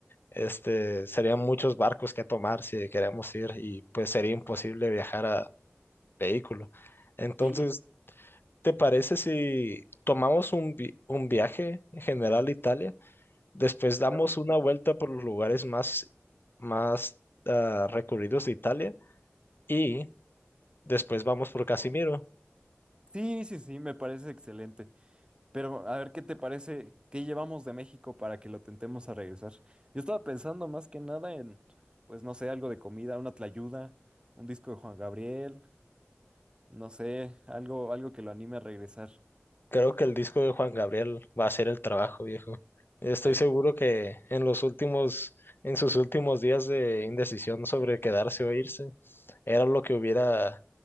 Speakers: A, on the left; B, on the right.
A: Este, serían muchos barcos que tomar si queremos ir y pues sería imposible viajar a vehículo. Entonces,
B: Sí.
A: ¿Te parece si tomamos un, vi- un viaje en general a Italia? Después
B: Me
A: damos
B: parece-
A: una vuelta por los lugares más, más ah, recurridos de Italia y después vamos por Casimiro.
B: Sí, sí, sí, me parece excelente. Pero a ver, ¿qué te parece? ¿Qué llevamos de México para que lo tentemos a regresar? Yo estaba pensando más que nada en, pues no sé, algo de comida, una tlayuda, un disco de Juan Gabriel, no sé, algo, algo que lo anime a regresar.
A: Creo que el disco de Juan Gabriel va a hacer el trabajo, viejo. Estoy
B: Eh,
A: seguro que en los últimos, en sus últimos días de indecisión sobre quedarse o irse, era lo que hubiera